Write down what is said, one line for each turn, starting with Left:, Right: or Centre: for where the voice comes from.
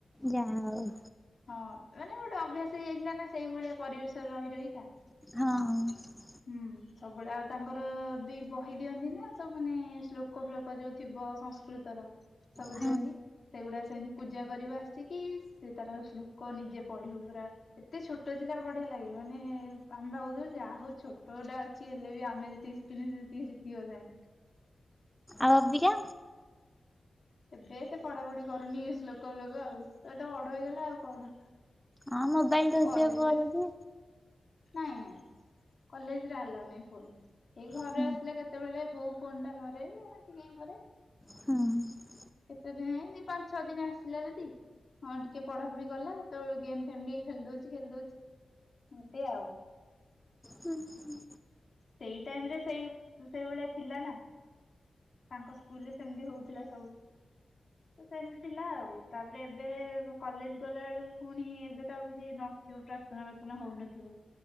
Centre: ଯାହାହଉ।
Left: ହଁ ମାନେ ଗୋଟେ ଅଭ୍ୟାସ ହେଇଯାଇଥିଲା ନା ସେଇଭଳିଆ ପରିବେଶରେ ରହି ରହିକା।
Centre: ହଁ।
Left: ହୁଁ ସବୁବେଳେ ଆଉ ତାଙ୍କର ବି ବହି ଦିଅନ୍ତି ନା ସବୁ ମାନେ ଶ୍ଳୋକ ଫ୍ଲୋକ ଯୋଉ ଥିବ ସଂସ୍କୃତର ସବୁ
Centre: ହଁ ହଁ
Left: ଦିଅନ୍ତି। ସେଗୁଡା ସେମିତି ପୂଜା କରିବ ଆସିକି ସେ ତାର ଶ୍ଲୋକ ନିଜେ ପଢିବ ପୁରା ଏତେ ଛୋଟ ଥିଲା ବଢିଆ ଲାଗେ। ମାନେ ଆମ ଭାବୁଥିଲୁ ଯାହା ହଉ ଛୋଟଟା ଅଛି ହେଲେ ବି ଆମେ ଯେତିକି ଶିଖିନୁ ସିଏ ସେତିକି ଶିଖିଗଲାଣି।
Centre: ଆଉ ଅବିକା?
Left: ଏବେ ଏତେ ପଢାପଢି କରୁନି ଏ ଶ୍ଳୋକ ବ୍ଲୋକ ଆଉ ଏବେ ତ ବଡ ହେଇଗଲା ଆଉ କଣ।
Centre: ହଁ ମୋବାଇଲ ଧରିଥିବେ
Left: କଲେଜରେ
Centre: ପୁଅ ଯଦି।
Left: ନାଇଁ ନାଇଁ କଲେଜରେ ଆଲାଉ ନାଇଁ ଫୋନ। ଏଇ ଘରେ
Centre: ହୁଁ
Left: ଆସିଲେ କେତେବେଳେ ବୋଉ ଫୋନଟା ଧରେ ଟିକେ ଏଇ ଘରେ।
Centre: ହୁଁ।
Left: କେତେ ଦିନ ପାଞ୍ଚ ଛଅ ଦିନ ଆସିଲା ଯଦି ହଁ ଟିକେ ପଢାପଢି କଲା କେତେବେଳୁ ଗେମ୍ ଫେମ୍ ଟିକେ ଖେଳି ଦଉଛି ଖେଳି ଦଉଛି ଏମତି ଆଉ।
Centre: ହୁଁ ହୁଁ।
Left: ସେଇ ଟାଇମ ରେ ସେଇ ସେଇଭଳିଆ ଥିଲା ନା। ତାଙ୍କ ସ୍କୁଲରେ ସେମିତି ହଉଥିଲା ସବୁ ସେମିତି ଥିଲା ଆଉ। ତାପରେ ଏବେ କଲେଜ ଗଲା ଏଳକୁ ପୁଣି ଏବେ ତ ଆଉ କିଛି ନଥିବ ପ୍ରାର୍ଥନା ପ୍ରାର୍ଥନା ହଉନଥିବ।